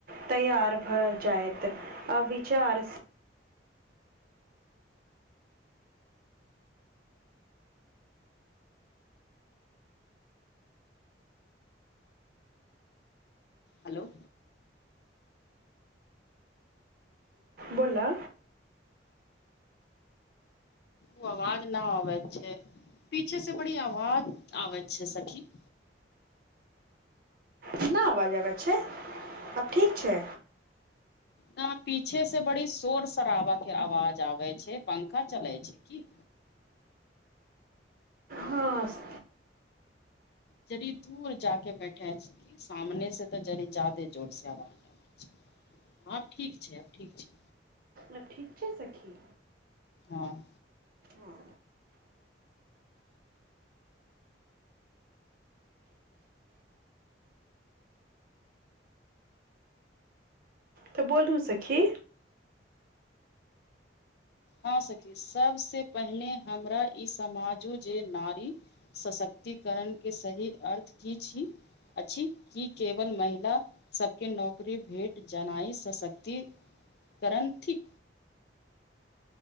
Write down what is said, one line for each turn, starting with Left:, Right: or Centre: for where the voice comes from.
Right: तैयार भ जायत आ विचार
Left: हेलो
Right: बोला
Left: ओ आवाज न आबैत छै पीछे से बड़ी आवाज आबैत छै सखी
Right: कतना आवाज आबै छै आब ठीक छै
Left: ना पीछे से बड़ी शोर शराबा के आवाज आबे छै पंखा चले छै की
Right: हँ स
Left: जड़ी दूर जाक बैठे छी सामने से त जरी जादे जोर से आवाज आब ठीक छै आब ठीक छै
Right: आब ठीक छै सखी
Left: हँ
Right: हँ तऽ बोलू सखी
Left: हँ सखी सबस पहिने हमरा ई समाजु जे नारी सशक्तिकरण के सही अर्थ की छी अछि की केवल महिला सबके नौकरी भेट जनाई सशक्तिकरण थिक